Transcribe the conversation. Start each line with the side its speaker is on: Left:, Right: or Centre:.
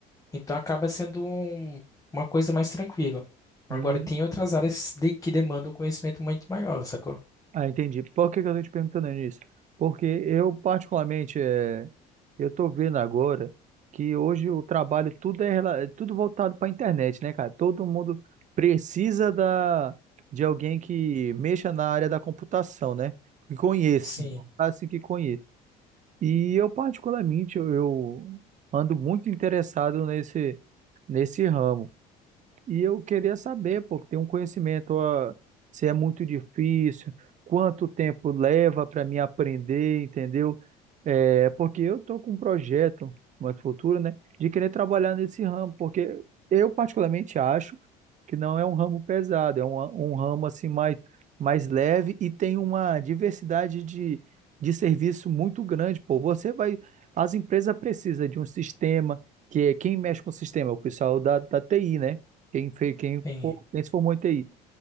Left: Então acaba sendo um- uma coisa mais tranquila. Agora
Right: Hum,
Left: tem outras áreas de- que demandam um conhecimento muito maior, sacou?
Right: Ah, entendi. Por que que eu tô te perguntando isso? Porque eu, particularmente, é, eu tô vendo agora que hoje o trabalho tudo é, rela- é tudo voltado para a internet, né, cara? Todo mundo precisa da, de alguém que mexa na área da computação, né? Que conheça,
Left: Sim,
Right: assim que conheça. E eu, particularmente, eu, eu ando muito interessado nesse, nesse ramo. E eu queria saber, pô, tem um conhecimento, ó, se é muito difícil, quanto tempo leva para mim aprender, entendeu? É, porque eu tô com um projeto no futuro, né, de querer trabalhar nesse ramo, porque eu particularmente acho que não é um ramo pesado, é um, um ramo assim mais, mais leve e tem uma diversidade de, de serviço muito grande, pô. Você vai, as empresas precisam de um sistema, que é quem mexe com o sistema, é o pessoal da, da TI, né? Quem, fe- quem,
Left: sim,
Right: for- quem se formou em TI.